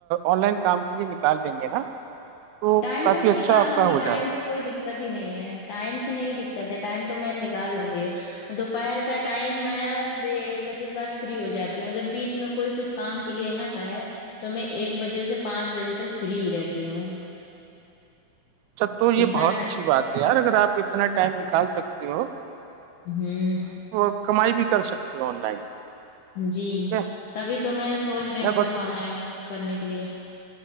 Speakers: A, on the right (about 85°); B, on the left (about 65°).
A: آن لائن کام لی نکال دیں گے نا تو
B: ٹائم
A: کافی
B: میں
A: اچھا
B: نکال
A: آپ
B: لوں
A: کا
B: گی
A: ہو
B: ٹائم
A: جائے گا
B: سے کوئی دقت ہی نہیں ہے ٹائم کی نہیں دقت ہے ٹائم تو میں نکال لوں گی دوپہر کا ٹائم میں ایک بجے کے بعد فری ہو جاتی ہوں اگر بیچ میں کوئی کچھ کام کے لیے نہ کہے تو میں ایک بجے سے پانچ بجے تک فری ہی رہتی ہوں
A: س تو یہ
B: اتنا
A: بہت اچھی بات ہے یار اگر آپ اتنا ٹائم نکال سکتے ہو
B: ہوں
A: وہ کمائی بھی کر سکتی ہو آن لائن
B: جی
A: ہے
B: تبھی تو میں سوچ رہی
A: میں
B: ہوں
A: بس
B: کچھ آن لائن کرنے کے لیے